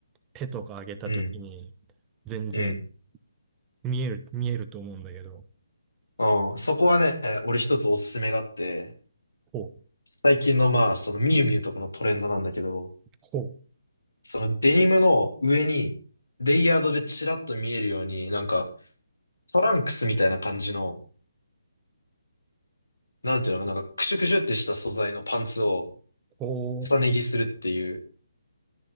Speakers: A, on the right (about 15°); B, on the left (about 80°).
A: 手とか上げたときに、
B: うん、
A: 全然
B: うん。
A: 見える、見えると思うんだけど、
B: うん、そこはね、俺一つおすすめがあって、
A: こう、
B: 最近のまあ、そのミュウミュウとかのトレンドなんだけど、
A: こ
B: そのデニムの上に、レイヤードでチラッと見えるように、なんか、トランクスみたいな感じの、なんていうのかな、なんかクシュクシュってした素材のパンツを
A: う、こう、
B: 重ね着するっていう、